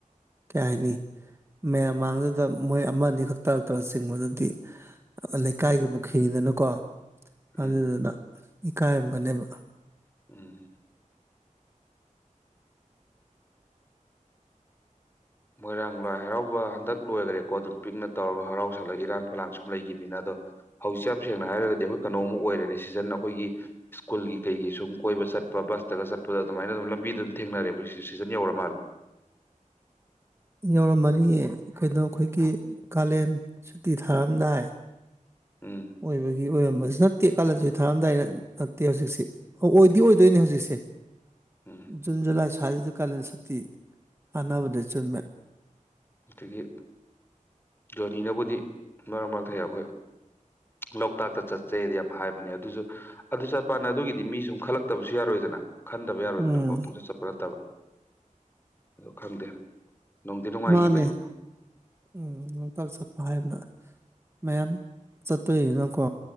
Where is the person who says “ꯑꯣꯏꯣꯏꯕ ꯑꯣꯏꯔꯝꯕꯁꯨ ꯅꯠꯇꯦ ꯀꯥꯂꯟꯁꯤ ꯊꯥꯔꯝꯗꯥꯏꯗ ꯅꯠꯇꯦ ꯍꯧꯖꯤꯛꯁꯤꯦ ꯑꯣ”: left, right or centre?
Right